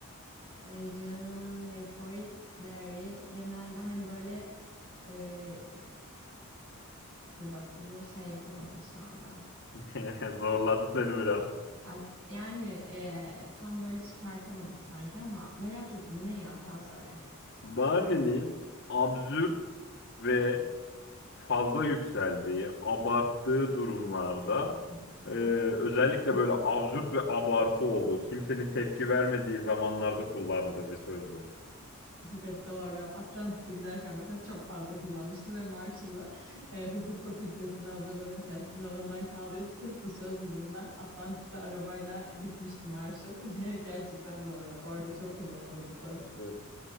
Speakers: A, on the right; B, on the left.
A: region, wait for it, dairy genelde hani böyle e, dur bak bunu şey yapamadım şu anda.
B: <laughs> Zorladı seni biraz.
A: Ar- Yani e, tam böyle çıkartamadım sanki ama merak ettim ne ya sen söyle.
B: Barney'nin absürt ve fazla yükseldiği, abarttığı durumlarda
A: <laughs>
B: e, özellikle böyle absürt ve abartı olduğu, kimsenin tepki vermediği zamanlarda kullandığı bir söz bu.
A: <laughs> Evet doğru. Atlantis'e giderken mesela çok fazla kullanmıştım ve Marshall'ı e, hukuk fakültesine hazırlanırken sınavından kaldırıp sırf bu söz yüzünden Atlantis'e arabayla gitmişti Marshall. <laughs> Ve gerçekten doğru bak orada çok kullanıldı bu söz.
B: <laughs>